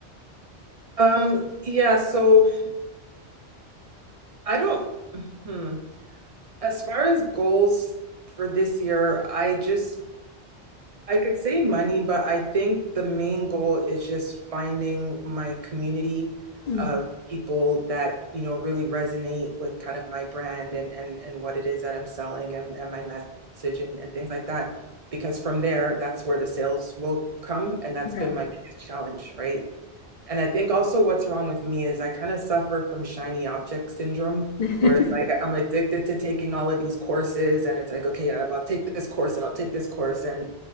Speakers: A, on the right; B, on the left.
A: Um, yeah, so I don't, hmm. As far as goals for this year, I just I could say money, but I think the main goal is just finding my community
B: Mm.
A: of people that, you know, really resonate with kind of my brand and and and what it is that I'm selling and, and my message and, and things like that. Because from there, that's where the sales will come. And that's
B: Right.
A: been my biggest challenge, right? And I think also what's wrong with me is I kind of suffer from shiny object syndrome,
B: <laughs>
A: where it's like I'm addicted to taking all of these courses, and it's like, okay, I'll take this course and I'll take this course. And,